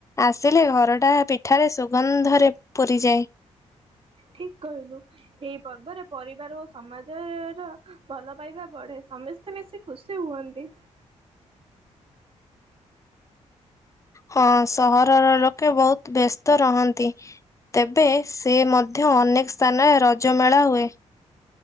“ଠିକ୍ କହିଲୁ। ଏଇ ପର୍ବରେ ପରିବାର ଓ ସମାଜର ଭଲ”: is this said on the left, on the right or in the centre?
Right